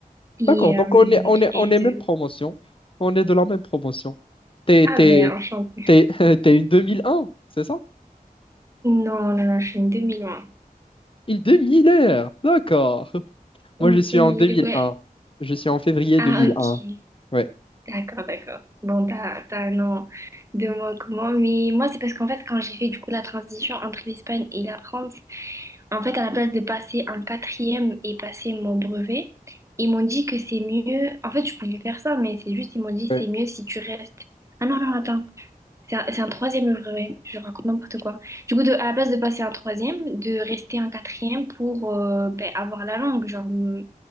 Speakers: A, on the right; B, on the left.
A: Et,
B: D'accord, donc
A: euh,
B: on est, on est,
A: et
B: on est même
A: de...
B: promotion. On est de la même promotion. T'es,
A: Ah,
B: t'es,
A: ben, enchantée.
B: t'es, <laughs> t'es une 2001, c'est ça?
A: Non, non, non, je suis une 2001.
B: Une 2000 d'accord. <laughs> Moi,
A: Une
B: je suis
A: 2000,
B: en 2001.
A: ouais.
B: Je suis en février
A: Ah,
B: 2001.
A: ok.
B: Ouais,
A: D'accord, d'accord. Bon, t'as, t'as un an de moi comment. Mais moi, c'est parce qu'en fait, quand j'ai fait du coup la transition entre l'Espagne et la France, en fait, à la place de passer un quatrième et passer mon brevet, ils m'ont dit que c'est mieux. En fait, je pouvais faire ça, mais c'est juste, ils m'ont dit
B: ouais,
A: c'est mieux si tu restes. Ah non, non, attends. C'est un, c'est un troisième œuvre, ouais. Je raconte n'importe quoi. Du coup, de, à la place de passer un troisième, de rester un quatrième pour euh, ben, avoir la langue, genre m-